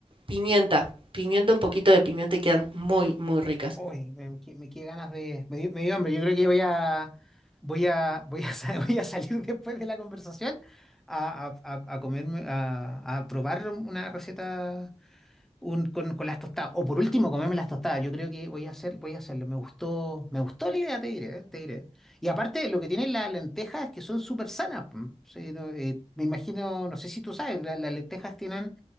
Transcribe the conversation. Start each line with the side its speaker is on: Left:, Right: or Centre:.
Right: pimienta. Pimienta, un poquito de pimienta y quedan muy, muy ricas.
Centre: Uy, me, me qui- me quedé ganas de. Me, dio- me dio hambre. Yo creo que voy a. Voy a, <laughs> voy a, sa- <laughs> voy a salir después de la conversación a, a, a- a comerme, a, a probar una receta un- con, con las tostadas. O por último, comerme las tostadas. Yo creo que voy a hacer, voy a hacerlo. Me gustó, me gustó la idea, te diré, eh, te diré. Y aparte, lo que tienen las lentejas es que son súper sanas. mm. Sí, no, eh, me imagino, no sé si tú sabes, la- las lentejas tienen